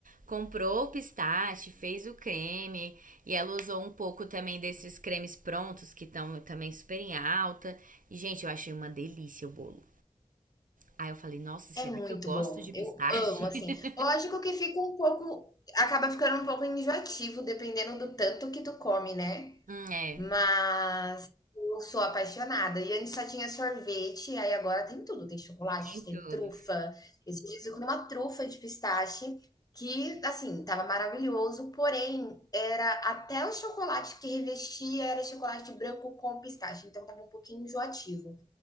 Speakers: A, on the right (about 80°); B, on the left (about 30°).
A: comprou o pistache, fez o creme e ela usou um pouco também desses cremes prontos que estão também super em alta. E, gente, eu achei uma delícia o bolo. Aí eu falei, nossa, será
B: É muito
A: que eu gosto
B: bom,
A: de pistache?
B: eu amo, assim.
A: <laughs>
B: Lógico que fica um pouco acaba ficando um pouco enjoativo dependendo do tanto que tu come, né,
A: Hum, É,
B: mas eu sou apaixonada. E antes só tinha sorvete, aí agora tem tudo, tem chocolate,
A: tem
B: tem
A: tudo.
B: trufa. Esses dias eu comi uma trufa de pistache que, assim, estava maravilhoso, porém era até o chocolate que revestia era chocolate branco com pistache, então estava um pouquinho enjoativo,